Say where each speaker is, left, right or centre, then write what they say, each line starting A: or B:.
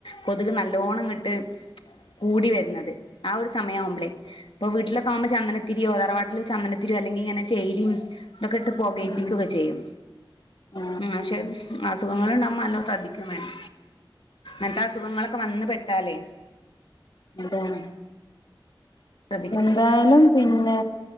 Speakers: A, on the left; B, on the left.
A: കൊതുക് നല്ലോണങ്ങ്ട്ട് കൂടി വെരന്നത് ആ ഒരു സമയമാവുമ്പളേ ഇപ്പൊ വീട്ടലൊക്കെമ്പോ ചന്നന തിരിയോ തറവാട്ടില് ചന്ദനത്തിരിയോ അല്ലെങ്കി ഇങ്ങനെ ചേരിയും ഇതൊക്കെ ഇട്ട് പോകേപ്പിക്കചെയ്യും
B: ഉം ആ
A: ഉം ശെ അസുഖങ്ങളുണ്ടാകുമ്പോ നല്ലോ ശ്രദ്ധിക്കീവേണം ഇങ്ങത്തെ ആസുഖങ്ങളൊക്കെ വന്ന് പെട്ടാലേ
B: അതാണ്
A: ശ്രദ്ധിക്കണം
B: എന്തായാലും പിന്നെ